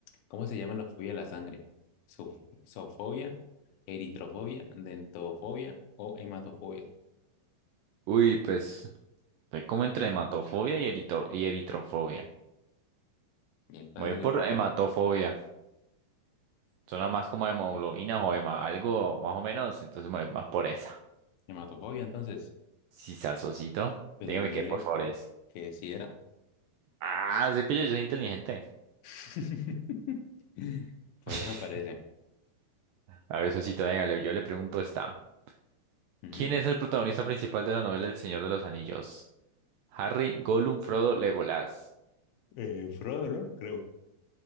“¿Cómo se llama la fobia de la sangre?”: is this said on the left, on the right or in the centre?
Left